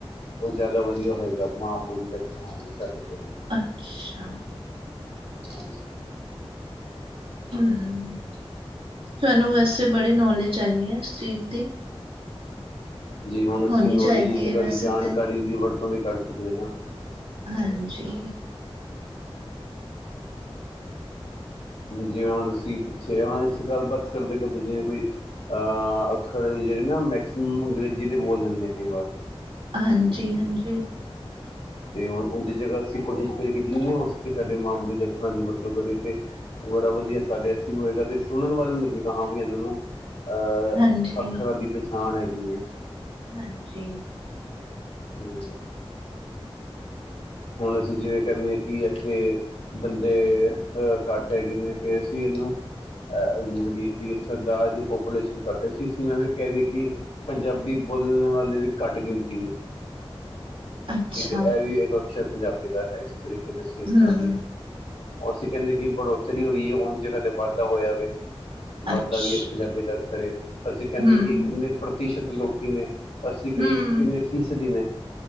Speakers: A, on the left; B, on the right.
A: ਉਹ ਜ਼ਿਆਦਾ ਵਧੀਆ ਹੋਏਗਾ ਮਾਂ ਬੋਲੀ ਦਾ ਹਾਂਜੀ ਸਾਡੇ ਕੋਲ
B: ਅੱਛਾ
A: ਹਾਂਜੀ
B: ਹਮ ਤੁਾਨੂੰ ਵਸ ਤੁ ਬੜੀ ਨੌਲੇਜ ਹੈ ਹੈਗੀ ਹੈ ਇਸ ਚੀਜ਼ ਦੀ
A: ਜੀ ਹੁਣ ਅਸੀਂ
B: ਹੋਣੀ
A: ਨੌਲੇਜ
B: ਚਾਹੀਦੀ
A: ਜ੍ਹਾ
B: ਹੈ ਵੈਸੇ
A: ਦੀ ਜਾਣਕਾਰੀ
B: ਤੇ
A: ਦੀ ਵਰਤੋਂ ਕੱਢ ਸਕਦੇ ਹਾਂ
B: ਹਾਂਜੀ
A: ਜਿਵੇਂ ਹੁਣ ਅਸੀਂ ਪਿੱਛੇ ਹਣ ਗੱਲਬਾਤ ਕਰਦੇ ਕਰਦੇ ਜਿਵੇਂ ਕੋਈ ਅਹ ਅੱਖਰ ਜਿਹੜੇ ਨਾ ਮੈਕਸੀਮਮ ਅੰਗਰੇਜ਼ੀ ਦੇ ਬੋਲ ਲਿੰਦੇ ਆ ਕਈ ਵਾਰ
B: ਹਾਂਜੀ ਹਾਂਜੀ
A: ਤੇ ਹੁਣ ਉਹਦੀ ਜਗ੍ਹਾ ਅਸੀਂ ਕੋਸ਼ਿਸ਼ ਕਰੀ ਕਿ ਜਿੰਨੇ ਹੋ ਸਕੇ ਸਾਡੇ ਮਾਂ ਬੋਲੀ ਦਾ ਵਰਤੋ ਕਰੀ ਕੇ ਬੜਾ ਵਧੀਆ ਸਾਡੇ ਅਸੀਂ ਹੋਏਗਾ ਤੇ ਸੁਣਨ ਵਾਲੇ ਨੂੰ ਲੱਗੇਗਾ ਹਾਂ ਵੀ ਏਨੇ ਨਾ- ਅਹ
B: ਹਾਂਜੀ,
A: ਅੱਖਰਾਂ ਦੀ ਪਛਾਣ ਹੈਗੀ। ਹੈ
B: ਹਾਂਜੀ
A: ਹੂੰ ਹੁਣ ਅਸੀਂ ਜਿਵੇਂ ਕੈਨੇ ਕੀ ਇੱਥੇ ਬੰਦੇ ਅਹ ਘੱਟ ਹੈਗੇ ਨੇ। ਤੇ ਅਸੀਂ ਏਨੂੰ ਅਹ ਜਿਵੇਂ ਕੀ ਕੀ ਸਰਦਾਰ ਦੀ ਪਾਪੂਲੇਸ਼ਨ ਘੱਟ, ਅਸੀਂ ਇਸਨੂੰ ਐਵੇਂ ਕੈਦੀਏ ਕੀ ਪੰਜਾਬੀ ਬੋਲਣ ਵਾਲੇ ਦੀ ਘੱਟ ਗਿਣਤੀ ਵੇ।
B: ਅੱਛਾ।
A: ਠੀਕ ਏ ਐਵੀ ਏਕ ਪੰਜਾਬੀ ਦਾ ਐ ਇਸ ਤਰੀਕੇ ਦੇ ਸਿੱਖਾਂ
B: ਹੂੰ,
A: ਦੀ। ਅਸੀਂ ਕੇਨੇ ਕੀ ਬੜੋਤਰੀ ਹੋਈ ਏ। ਉਦੀ ਜਗ੍ਹਾ ਤੇ ਵਾਧਾ ਹੋਇਆ ਵੇ। ਵਾਧਾ
B: ਅੱਛਾ,
A: ਵੀ ਇੱਕ ਪੰਜਾਬੀ ਦਾ ਅਖਰ ਏ। ਅਸੀਂ ਕੇਨੇ
B: ਹੂੰ,
A: ਕੀ ਕਿੰਨੇ ਪ੍ਰਤੀਸ਼ਤ- ਲੋਕੀ ਨੇ ਅਸੀਂ ਕਈਏ
B: ਹੂੰ,
A: ਕੀ ਕਿੰਨੇ ਫੀਸਦੀ ਨੇ।